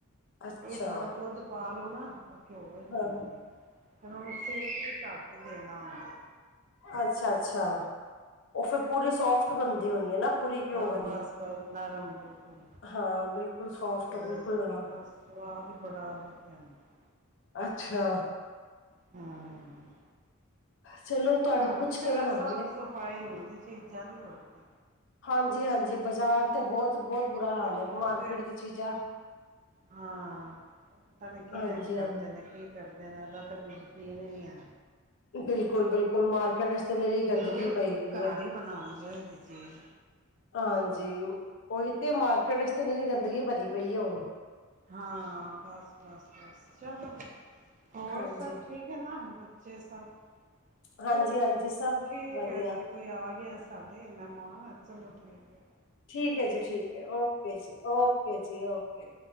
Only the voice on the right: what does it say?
ਇਹ ਥੋੜਾ ਦੁੱਧ ਪਾ ਲੋਓ ਨਾ। ਉਹ ਘਿਓ 'ਚ
ਬਣਦੀ ਫੇਰ ਉਹਨੂੰ ਸੇਕ ਵੀ ਘੱਟ ਦੇਣਾ ਆਉਂਦਾ।
ਹਾਂ
ਬਸ- ਬਸ ਨਰਮ ਬਿਲਕੁਲ।
ਬਦਾ
ਸਵਾਦ ਹੀ ਬੜਾ ਵਧੀਆ ਆਂਦਾ
ਹੂੰ
ਘਰ
ਜਰਾ
ਸਾਫ ਸਫ਼ਾਈ ਹੁੰਦੀ ਚੀਜ਼ਾਂ ਦੀ ਹੋਰ ਕੀ
ਤੇ ਉਹ
ਤੇ
ਹਾਂ ਪਤਾ ਨੀ ਕਿਵੇਂ
ਕਰਦੇ ਨੇ ਕਿ ਕਰਦੇ ਨੇ ਉਹਦਾ ਤੇ ਕਈ ਯਕੀਨ ਨੀ ਹੈ।
'ਚ
ਘਰ
ਹੀ ਬਣਾਉਣੀ ਚਾਹੀਦੀ ਚੀਜ
ਹਾਂ ਬਸ -ਬਸ -ਬਸ ਚਲੋ ਹੋਰ
ਸਭ ਠੀਕ ਹੈ ਨਾ ਬ ਜੇ ਸਭ
ਚੱਲੋ
ਠੀਕ
ਹੈ ਜੀ ਕੋਈ ਆ ਗਿਆ ਸਾਡੇ ਮਹਿਮਾਨ ਹਾਂ ਚਲੋ ਠੀਕ ਹੈ।